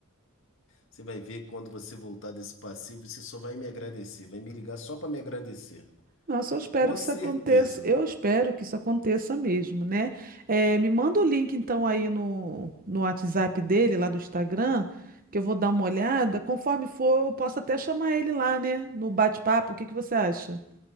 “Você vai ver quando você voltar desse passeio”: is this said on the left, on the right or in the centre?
Left